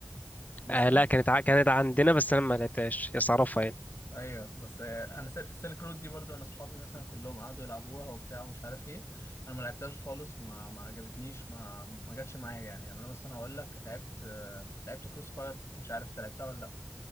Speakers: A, on the left (about 85°); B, on the left (about 35°).
A: مثلا
B: آه لا كانت ع- كانت عندنا بس انا ما لعبتهاش بس اعرفها يعني
A: ايوه بس آه، انا سيلك رود دي برضو انا اصحابي مثلا كلهم قعدوا يلعبوها وبتاع ومش عارف ايه انا ما لعبتهاش خالص وما ما عجبتنيش ما ما جاتش معايا يعني يعني انا مثلا هقول لك لعبت آه، لعبت كروس فاير مش عارف انت لعبتها ولا لا